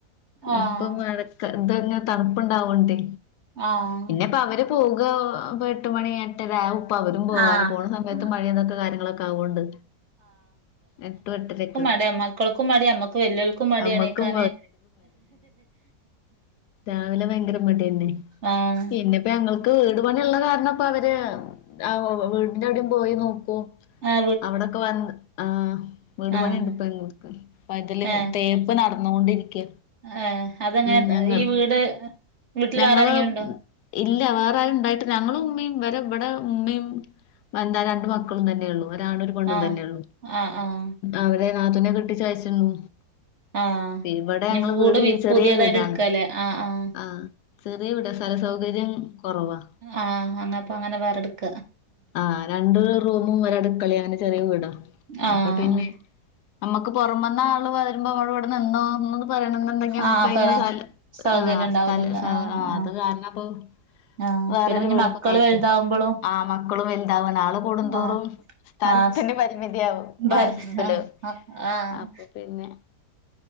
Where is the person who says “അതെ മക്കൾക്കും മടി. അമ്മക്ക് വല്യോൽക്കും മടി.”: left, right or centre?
Right